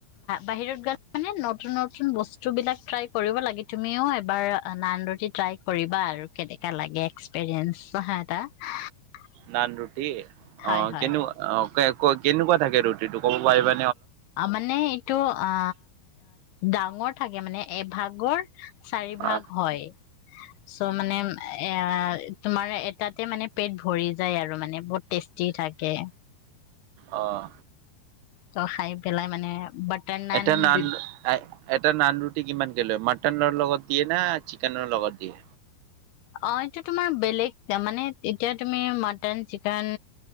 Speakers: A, on the left (about 80°); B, on the right (about 85°).
A: বাহিৰত গলে মানে নতুন নতুন বস্তু বিলাক ট্ৰাই কৰিব লাগে তুমিও এবাৰ নানৰুটি ট্ৰাই কৰিবা আৰু কেনেকা লাগে এক্সপেৰিয়েঞ্চ হোৱা এটা
B: নানৰুটি কে
A: হয়
B: অ
A: হয়
B: কেনেকোৱা অ ক ক কেনেকুৱা থাকে ৰুটিটো ক'ব পাৰিবা
A: আ মানে ইটো আ ডাঙৰ থাকে মানে এভাগৰ চাৰি ভাগ
B: অ
A: হয় ত' মানে এ তোমাৰ এটাতে মানে পেট ভৰি যায় আৰু মানে বহুত টেষ্টি থাকে
B: অঁ
A: ত খাই পেলাই মানে বাটাৰ
B: এটায়া নান
A: দিব
B: এটা নান কিমানক লৈ মাটনৰ লগত দিয়ে না চিকেনৰ লগত দিয়ে
A: অ এইটো তোমাৰ বেলেগ মানে এতিয়া তুমি মটন, চিকেন